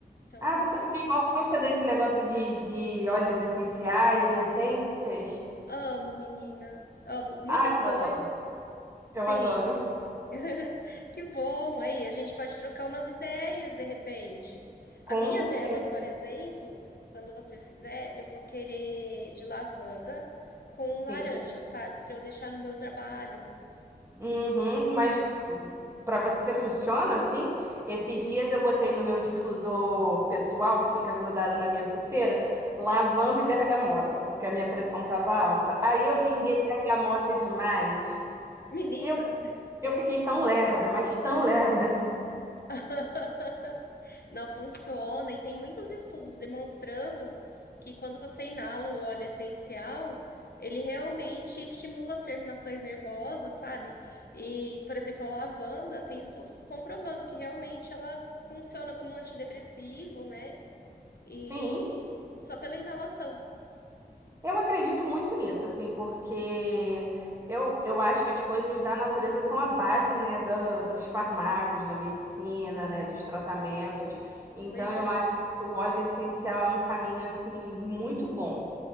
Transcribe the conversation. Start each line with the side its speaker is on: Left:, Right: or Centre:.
Left: então
Right: Ah,
Left: ela...
Right: você também gosta desse negócio de, de óleos essenciais e essências?
Left: Amo, menina. Amo. Muita
Right: Ah,
Left: coisa.
Right: eu adoro.
Left: Sim.
Right: Eu adoro.
Left: <laughs> Que bom! Aí a gente pode trocar umas ideias de repente. A
Right: Com
Left: minha
Right: certeza,
Left: vela, por exemplo, quando você fizer, eu vou querer de lavanda com
Right: sim.
Left: laranja, sabe? Para eu deixar no meu trabalho.
Right: Uhum, mas para você funciona assim? Esses dias eu botei no meu difusor pessoal, que fica grudado na minha pulseira, lavanda e bergamota, porque a minha pressão estava alta. Aí eu
Left: Aham.
Right: pinguei bergamota demais.
Left: Menina!
Right: Eu, eu fiquei tão lerda, mas tão lerda.
Left: <laughs> Não funciona, e tem muitos estudos demonstrando que quando você inala o óleo essencial, ele realmente estimula as terminações nervosas, sabe? E, por exemplo, a lavanda tem estudos comprovando que realmente ela funciona como um antidepressivo, né? E
Right: Sim.
Left: só pela inalação.
Right: Eu acredito muito nisso, assim, porque eu, eu acho que as coisas da natureza são a base, né, da- dos farmacos, da medicina, né, dos tratamentos. Então,
Left: Pois
Right: eu
Left: é,
Right: acho que o óleo essencial é um caminho, assim, muito bom.